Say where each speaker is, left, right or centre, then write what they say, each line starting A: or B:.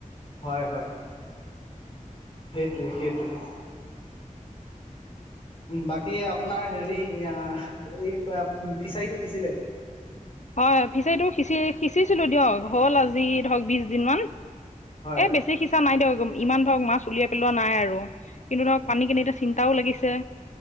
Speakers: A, on the left; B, on the left.
A: হয় হয়। সেইটোৱে সেইটোৱে। বাকী আপোনাৰ হেৰি এই ফিচাৰীটো সিছিলে?
B: হয়, ফিচাইটো সিঁচি সিঁচিছিলো দিয়ক হ'ল আজি ধৰক বিশ দিন মান
A: হয়,
B: এ বেছি সিচা নাই দিয়ক ইমান ধৰক মাছ উলিয়াই পেলোৱা নাই আৰু। কিন্তু ধৰক পানী খিনি এতিয়া চিন্তাও লাগিছে।